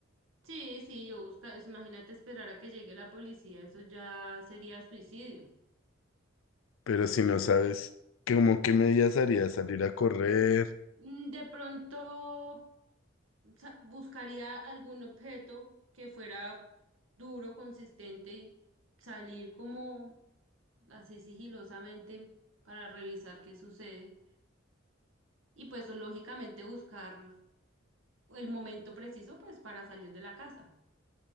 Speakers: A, on the right; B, on the left.
A: Sí, sí, yo busca, es- imagínate esperar a que llegue la policía, eso ya sería suicidio.
B: Pero si no sabes, ¿cómo qué medidas harías? ¿Salir a correr?
A: Mm, De pronto sa- buscaría algún objeto que fuera duro, consistente y salir como así sigilosamente para revisar qué sucede. Y pues lógicamente buscar el momento preciso pues para salir de la casa.